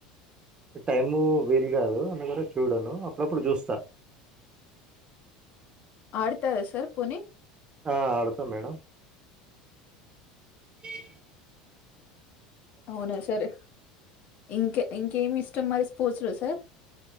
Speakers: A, on the right (about 25°); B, on the left (about 50°).
A: టైము వీలు కాదు చూడను అప్పుడప్పుడు చూస్తాను స <inaudible>
B: ఆడతారా సార్ పోనీ
A: ఆ అడతాం మేడం ఏ <inaudible>
B: అవునా సర్ ఇంక ఇంకేమి ఇష్టం మరి స్పోర్ట్స్ లో సార్